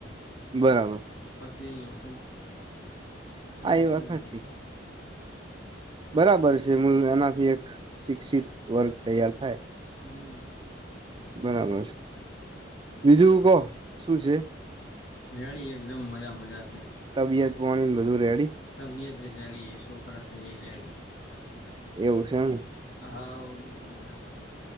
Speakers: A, on the right (about 25°); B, on the left (about 80°).
A: બરાબર
B: પછી એ લોકો ચાલુ
A: આ એ વાત
B: કરીએ
A: હાચી. બરાબર છે મ એનાથી એક શિક્ષિત વર્ગ તૈયાર થાય
B: હમ.
A: બરાબર છે, બીજું કો શું છે?
B: રેડી એકદમ મજા મજા છે.
A: તબિયત પોણી વધુ રેડી?
B: તબિયત રહેણી એ શોકરા સ રહેણી.
A: એવું છેમ ને.
B: હા મજા મજા.